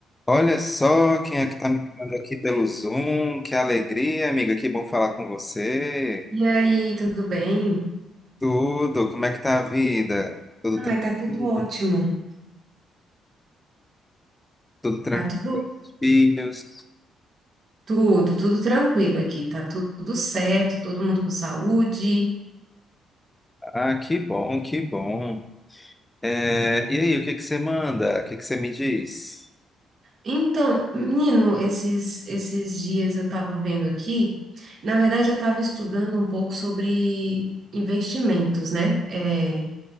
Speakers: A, on the left; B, on the right.
A: Olha só quem é que está me ligando aqui pelo Zoom. Que alegria, amiga. Que bom falar com você.
B: E aí, tudo bem?
A: Tudo, como é que tá a vida? Tudo tranquilo?
B: Ai, tá tudo ótimo.
A: Tudo tranquilo
B: Tá tudo,
A: com os filhos?
B: tudo, tudo tranquilo aqui. Tá tu- tudo certo, todo mundo com saúde.
A: Ah, que bom, que bom. É, e aí, o que que você manda? O que que você me diz?
B: Então, menino, esses, esses dias eu tava vendo aqui, na verdade eu tava estudando um pouco sobre investimentos, né? É,